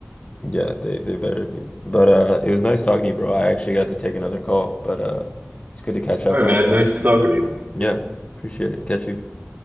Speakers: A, on the left; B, on the right.
A: yeah, they they better be. But uh it was nice talking to you, bro. I actually got to take another call, but uh it's good to catch up
B: All right,
A: on
B: man,
A: the
B: nice talking to you.
A: yeah,
B: Yeah.
A: appreciate it. Catch you.